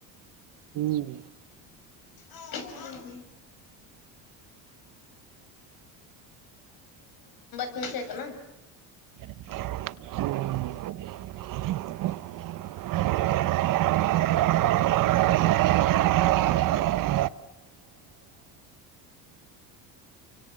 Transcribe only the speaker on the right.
ಹ್ಮ್
<unintelligible> <unintelligible>